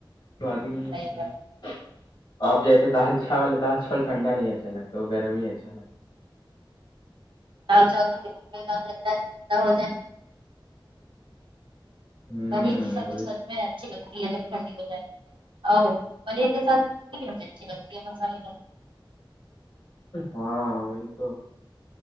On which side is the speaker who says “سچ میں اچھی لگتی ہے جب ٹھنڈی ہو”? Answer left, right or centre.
Right